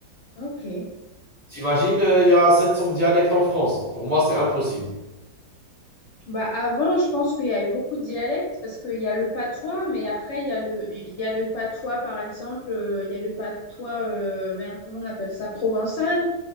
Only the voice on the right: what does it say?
T'imagines, euh, il y a 700 dialectes en France. Pour moi, c'est impossible.